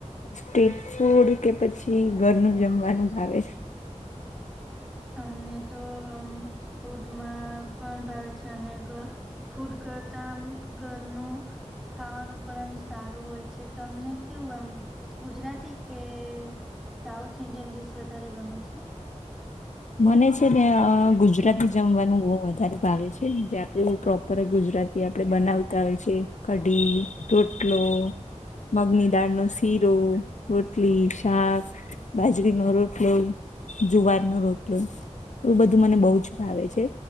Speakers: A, on the left (about 80°); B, in the centre.
A: સ્ટ્રીટ ફૂડ કે પછી ઘરનું જમવાનું ભાવે
B: અમને તો ફૂડમાં પણ ભાવે છે, અને ઘ ફૂડ કરતા ઘરનુ ખાવાનું પણ એમ સારું હોય છે, તમને કેવું એમ ગુજરાતી કે સાઉથ ઇન્ડિયન ડીશ વધારે ગમે છે.
A: મને છે, અ ગુજરાતી જમવાનું બો વધારે ભાવે છે, જે આપડું પ્રોપર ગુજરા તી આપણે બનાવતા હોય છે, કઢી, રોટલો મગની દાળનો શીરો, રોટલી, શાક, બાજરીનો રોટલો જુવાર નો રોટલો એવુ બધું મને બો જ ભાવે છે.